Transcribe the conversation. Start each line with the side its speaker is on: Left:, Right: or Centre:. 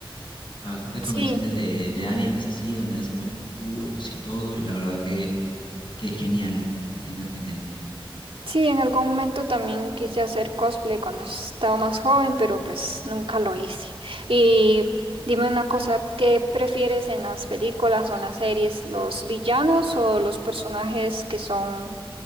Left: a bastantes convenciones
Right: Sí,
Left: de, de animes así, donde hacen los concursos y todo, y la verdad que, que genial, genial, genial.
Right: sí, en algún momento también quise hacer cosplay cuando estaba más joven, pero pues nunca lo hice. Y dime una cosa, ¿qué prefieres en las películas o en las series, los villanos o los personajes que son